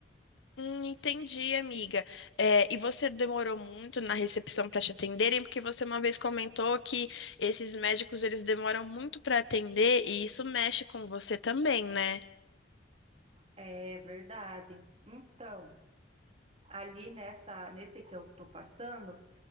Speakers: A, on the left (about 80°); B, on the right (about 35°).
A: Hum, entendi, amiga. É, e você demorou muito na recepção para te atenderem, porque você uma vez comentou que esses médicos eles demoram muito para atender e isso mexe com você também, né?
B: É verdade. Então, ali nessa, nesse que eu tô passando,